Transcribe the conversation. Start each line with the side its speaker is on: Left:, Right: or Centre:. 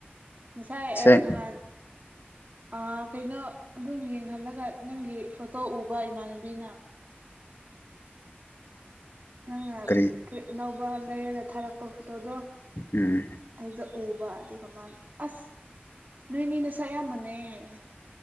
Right: ꯉꯁꯥꯏ
Left: ꯁꯦꯡ
Right: ꯑꯦ ꯅꯍꯥꯟ ꯑ ꯀꯩꯅꯣ ꯑꯗꯨꯝ ꯌꯦꯡꯍꯜꯂꯒ ꯅꯪꯒꯤ ꯐꯣꯇꯣ ꯎꯕ ꯏꯃꯥꯟꯅꯕꯤꯅ ꯅꯪꯅ
Left: ꯀꯔꯤ
Right: ꯐꯨꯔꯤꯠ ꯑꯅꯧꯕ ꯂꯩꯔꯒ ꯊꯥꯔꯛꯄ ꯐꯣꯇꯣꯗꯣ
Left: ꯎꯝ
Right: ꯑꯗꯨꯗ ꯎꯕ ꯑꯗꯨꯒ ꯃꯥꯅ ꯑꯁ ꯅꯣꯏꯅꯤ ꯅꯁꯛ ꯌꯥꯝ ꯃꯟꯅꯩꯌꯦ ꯍꯥꯏꯌꯦ